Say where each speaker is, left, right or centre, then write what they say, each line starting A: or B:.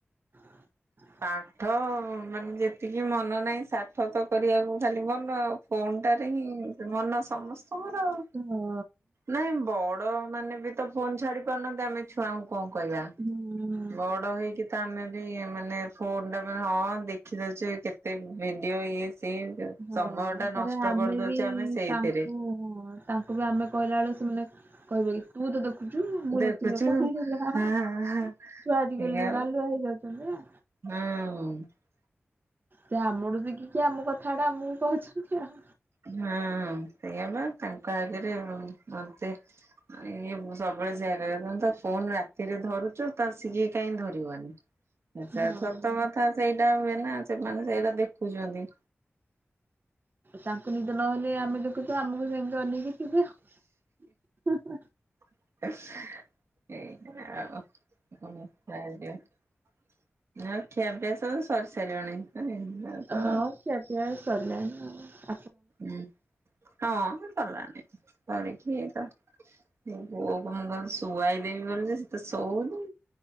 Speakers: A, on the right (about 50°); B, on the right (about 90°).
A: <inaudible>
B: ପାଠ ମାନେ ଯେତିକି ମନ ନାହିଁ ସାଠ ତ କରିବାକୁ ଖାଲି ମନ ଆଉ। ଫୋନ୍ଟାରେ ହିଁ ମନ ସମସ୍ତଙ୍କର ଆଉ,
A: ହଁ।
B: ନାଇଁ ବଡ ମାନେ ତ ଫୋନ୍ ଛାଡି ପାରୁନାଆନ୍ତି ଆମେ ଛୁଆଙ୍କୁ କଣ କହିବା
A: ହୁଁ।
B: ବଡ ହେଇକି ତ ଆମେ ଇଏ ମାନେ ଫୋନ ଟା ମାନେ ହଁ ଦେଖି ଦଉଛେ କେତେ ଭିଡିଓ ଇଏ ସିଏ
A: ହଁ
B: ସମୟ ଟା
A: ତାହେନେ
B: ନଷ୍ଟ
A: ଆମେ
B: କରିଦଉଛେ
A: ବି
B: ଆମେ ସେଇଥିରେ।
A: ତାଙ୍କୁ, ତାଙ୍କୁ ବି ଆମେ କହିଲା ବେଳକୁ କହିବ କିି? ତୁ ତ ଦେଖୁଚୁ ମୁଁ
B: ଦେଖୁଛୁ
A: ଦେଖିନେ କଁ ହେଇଗଲା ହା
B: ହଁ
A: ହା ଛୁଆ
B: ହଁ
A: ଆଜିକାଲି
B: ସେଇଆ
A: ଯୋଉ ଗାଲୁଆ ହେଇଯାଉଛନ୍ତି ନା।
B: ହୁଁ।
A: ସେ ଆମଠୁ ଦେଖିକି ଆମ କଥାଟା ଆମକୁ କହୁଛନ୍ତି ଆଉ।
B: ହୁଁ ସେୟା ବା ତାଙ୍କ ଆଗରେ ମ୍ ମତେ ଇ ସ ସବୁବେଳେ ସେୟା କହିବେ ତମେ ତ ଫୋନ ରାତିରେ ଧରୁଛ ତ ସୀଏ କାଇହିଁ ଧରିବନି। ସେ
A: ହଁ।
B: ସତ କଥା ସେଇଟା ହୁଏ ନା ସେମାନେ ସେଇଟା ଦେଖୁଛନ୍ତି।
A: ତାଙ୍କୁ ନିଦ ନହେଲେ ଆମେ ଦେଖୁଛୁ ଆମକୁ ସେମିତି ଅନେଇକି ଥିବେ ହିଁ ହିଁ।
B: ଏଇ ଆ <unintelligible> ଆଉ ଖିଆପିଆ ସବୁ ସରି ସାରିବଣି। ତ
A: ହଁ ଖୀଆପିଆ ସରିଲାଣି ଆ।
B: ହୁଁ ହଁ ସରିଲାଣି। <unintelligible> ମୋ ପୁଅକୁ ମୁଁ ଭାବିଲି ଶୁଆୟୀ ଦେବି ବୋଲି ଯେ ସିଏ ତ ଶୋଉନି।